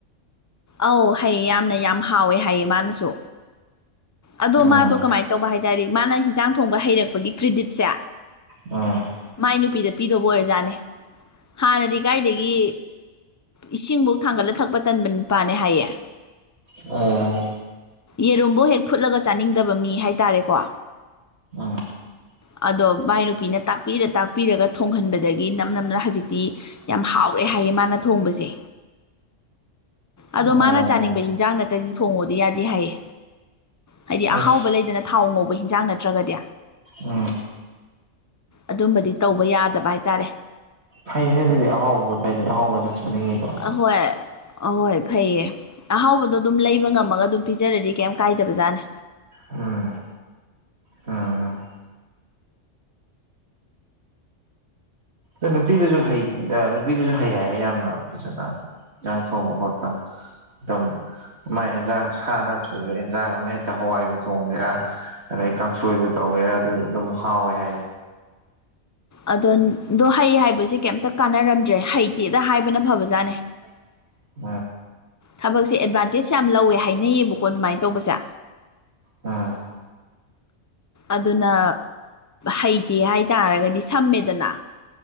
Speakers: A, on the left; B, on the right.
A: ꯑꯧ ꯍꯩ ꯌꯥꯝꯅ ꯌꯥꯝ ꯍꯥꯎꯋꯦ ꯍꯥꯏꯌꯦ ꯃꯥꯅꯁꯨ ꯑꯗꯣ
B: ꯎꯝ
A: ꯃꯥꯗꯣ ꯀꯃꯥꯏꯅ ꯇꯧꯕ ꯍꯥꯏꯇꯥꯔꯗꯤ ꯃꯥꯅ ꯍꯤꯟꯖꯥꯡ ꯊꯣꯡꯕ ꯍꯩꯔꯛꯄꯒꯤ ꯀ꯭ꯔꯤꯗꯤꯠꯁꯦ
B: ꯑ
A: ꯃꯥꯏ ꯅꯨꯄꯤꯗ ꯄꯤꯗꯧꯕ ꯑꯣꯏꯔꯖꯥꯠꯅꯦ ꯍꯥꯟꯅꯗꯤ ꯀꯥꯏꯗꯒꯤ ꯏꯁꯤꯡꯕꯧ ꯊꯥꯡꯒꯠꯂ ꯊꯛꯄ ꯇꯟꯕ ꯅꯨꯄꯥꯅꯦ ꯍꯥꯏꯌꯦ
B: ꯎꯝ
A: ꯌꯦꯔꯨꯝꯕꯧ ꯍꯦꯛ ꯐꯨꯠꯂꯒ ꯆꯥꯅꯤꯡꯗꯕ ꯃꯤ ꯍꯥꯏꯇꯥꯔꯦꯀꯣ
B: <unintelligible>
A: ꯑꯗꯣ ꯃꯥꯏ ꯅꯨꯄꯤꯅ ꯇꯥꯛꯄꯤꯔ ꯇꯥꯛꯄꯤꯔꯒ ꯊꯣꯡꯍꯟꯕꯗꯒꯤ ꯅꯝ ꯅꯝꯅ ꯍꯧꯖꯤꯛꯇꯤ ꯌꯥꯝ ꯍꯥꯎꯔꯦ ꯍꯥꯏꯌꯦ ꯃꯥꯅ ꯊꯣꯡꯕꯁꯦ꯫ ꯑꯗꯣ
B: ꯑꯣ
A: ꯃꯥꯅ ꯆꯥꯅꯤꯡꯕ ꯍꯤꯟꯖꯥꯡ ꯅꯠꯇ꯭ꯔꯗꯤ ꯊꯣꯡꯉꯣꯗꯤ ꯌꯥꯗꯦ ꯍꯥꯏꯌꯦ ꯍꯥꯏꯗꯤ
B: ꯑꯁ
A: ꯑꯍꯥꯎꯕ ꯂꯩꯗꯅ꯫ ꯊꯥꯎ ꯉꯧꯕ ꯍꯤꯟꯖꯥꯡ ꯅꯠꯇ꯭ꯔꯒꯗꯤ꯫
B: ꯎꯝ꯫
A: ꯑꯗꯨꯝꯕꯗꯤ ꯇꯧꯕ ꯌꯥꯗꯕ ꯍꯥꯏꯇꯥꯔꯦ꯫
B: ꯐꯩꯅꯦ ꯑꯗꯨꯗꯤ ꯑꯍꯥꯎ <unintelligible> ꯑꯍꯥꯎꯕꯗ ꯆꯠꯅꯤꯡꯉꯤꯗꯣ꯫
A: ꯍꯣꯏ ꯑꯍꯣꯏ ꯐꯩꯌꯦ꯫ ꯑꯍꯥꯎꯕꯗꯣ ꯑꯗꯨꯝ ꯂꯩꯕ ꯉꯝꯃꯒ ꯑꯗꯨꯝ ꯄꯤꯖꯔꯗꯤ ꯀꯩꯝ ꯀꯥꯏꯗꯕ ꯖꯥꯠꯅꯦ
B: ꯎꯝ ꯎꯝ ꯑꯗꯣ ꯑ ꯅꯨꯄꯤꯗꯨꯁꯨ ꯅꯨꯄꯤꯗꯨꯁꯨ ꯍꯩ ꯍꯥꯏꯌꯦ ꯌꯥꯝꯅ ꯐꯖꯅ ꯟꯥꯡ ꯊꯣꯡꯕ ꯈꯣꯠꯄ ꯑꯗꯨꯝ ꯃꯥꯏ ꯑꯦꯟꯖꯥꯡ ꯁꯅ ꯑꯗꯨ ꯏꯟꯖꯥꯡ ꯑꯃ ꯍꯦꯛꯇ ꯍꯋꯥꯏꯕꯨ ꯊꯣꯡꯒꯦꯔꯥ ꯑꯗꯩ ꯀꯥꯡꯁꯣꯏꯕꯨ ꯇꯧꯒꯦꯔꯥ ꯑꯗꯨ ꯑꯗꯨꯝ ꯍꯥꯎꯋꯦ ꯍꯥꯏꯌꯦ
A: ꯑꯗꯣꯗꯣ ꯍꯩ ꯍꯥꯏꯕꯁꯤ ꯀꯩꯝꯇ ꯀꯥꯟꯅꯔꯝꯗ꯭ꯔꯦ ꯍꯩꯇꯦꯗ ꯍꯥꯏꯕꯅ ꯐꯕꯖꯥꯠꯅꯦ꯫
B: <unintelligible>
A: ꯊꯕꯛꯁꯦ ꯑꯦꯗꯚꯥꯟꯇꯦꯖ ꯌꯥꯝ ꯂꯧꯋꯦ ꯍꯥꯏꯅꯩꯌꯦꯕꯀꯣ ꯑꯗꯨꯃꯥꯏꯅ ꯇꯧꯕꯁꯦ
B: ꯎꯝ
A: ꯑꯗꯨꯅ ꯍꯩꯇꯦ ꯍꯥꯏꯇꯥꯔꯒꯗꯤ ꯁꯝꯃꯦꯗꯅ